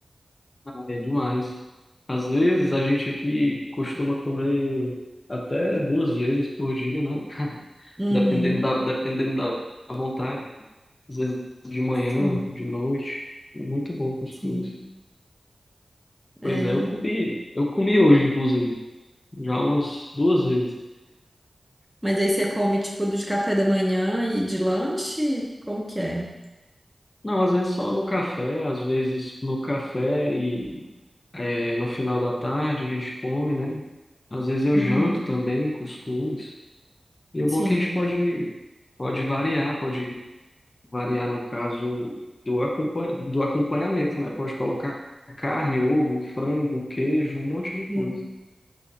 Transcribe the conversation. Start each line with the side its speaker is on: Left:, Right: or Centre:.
Left: Ah, é demais. Às vezes a gente aqui costuma comer até duas vezes por dia, né? <laughs>
Centre: Uhum.
Left: Dependendo da, dependendo da vontade. Às vezes de manhã,
Centre: Sim,
Left: de noite. É muito bom cuscuz.
Centre: sim.
Left: Pois
Centre: É.
Left: é, eu comi, eu comi hoje, inclusive. Já umas duas vezes.
Centre: Mas aí você come, tipo, do de café da manhã e de lanche? Como que é?
Left: Não, às vezes só no café, às vezes no café e é, no final da tarde a gente come, né? Às vezes eu
Centre: Uhum.
Left: janto também, cuscuz. E o
Centre: Sim,
Left: bom é que a gente pode, pode variar, pode variar no caso do, acompanha, do acompanhamento, né? Pode colocar carne, ovo, frango, queijo, um monte de
Centre: sim.
Left: coisa.